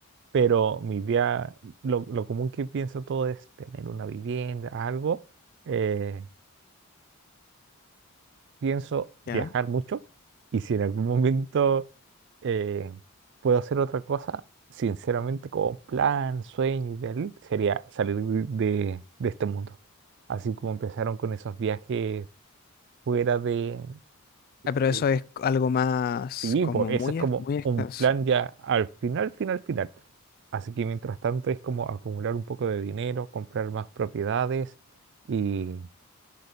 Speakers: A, on the right (about 55°); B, on the left (about 40°).
A: pero mi idea, lo, lo común que pienso todo es tener una vivienda, algo. eh, pienso viajar
B: ¿Ya?
A: mucho y si en algún <laughs> momento eh, puedo hacer otra cosa, sinceramente como plan, sueño ideal, sería salir de, de- de este mundo. Así como empezaron con esos viajes fuera de...
B: Ah, pero eso
A: de-
B: es algo más
A: Sí,
B: como
A: pues eso
B: muy,
A: es como
B: ex- muy extenso.
A: un plan ya al final, final, final. Así que mientras tanto es como acumular un poco de dinero, comprar más propiedades y,